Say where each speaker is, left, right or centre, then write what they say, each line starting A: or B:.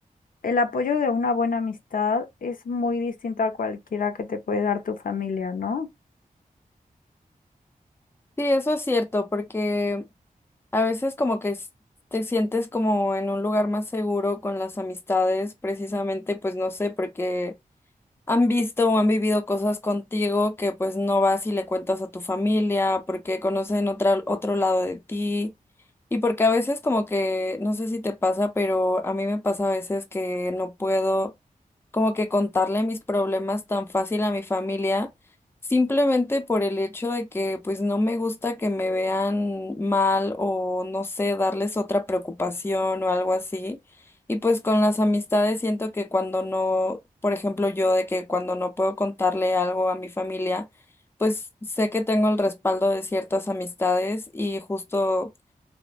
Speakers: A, on the left (about 70°); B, on the left (about 15°).
A: el apoyo de una buena amistad es muy distinto a cualquiera que te puede dar tu familia, ¿no?
B: Sí, eso es cierto, porque A veces como que s- te sientes como en un lugar más seguro con las amistades, precisamente, pues no sé, porque han visto o han vivido cosas contigo que pues no vas y le cuentas a tu familia porque conocen otra, otro lado de ti y porque a veces como que, no sé si te pasa, pero a mí me pasa a veces que no puedo como que contarle mis problemas tan fácil a mi familia simplemente por el hecho de que pues no me gusta que me vean mal o no sé, darles otra preocupación o algo así. Y pues con las amistades siento que cuando no, por ejemplo, yo de que cuando no puedo contarle algo a mi familia, pues sé que tengo el respaldo de ciertas amistades y justo